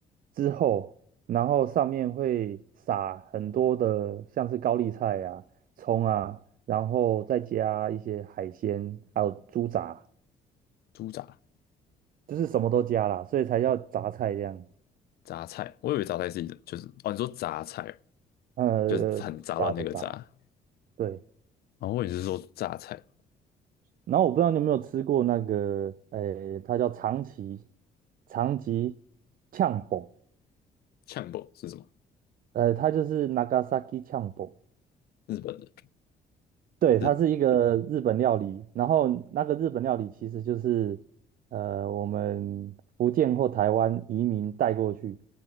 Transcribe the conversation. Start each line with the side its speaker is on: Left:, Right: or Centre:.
Right: 之后，然后上面会撒很多的像是高丽菜啊、葱啊，然后再加一些海鲜，还有猪杂，
Left: 猪杂、
Right: 就是什么都加啦，所以才叫榨菜这样。
Left: 榨菜，我以为榨菜是一种，就是哦，你说榨菜
Right: 呃，呃呃炸的炸，
Left: 就是很杂乱那个杂，
Right: 对。
Left: 哦，后我也是说榨菜。
Right: 然后我不知道你有没有吃过那个，诶，它叫长崎长崎呛煲，
Left: 呛爆是什么？
Right: 呃，它就是 Nagasaki 呛煲，
Left: 日本的，
Right: 对，它是一个日本料理，
Left: 是
Right: 然后那个日本料理其实就是呃我们福建或台湾移民带过去，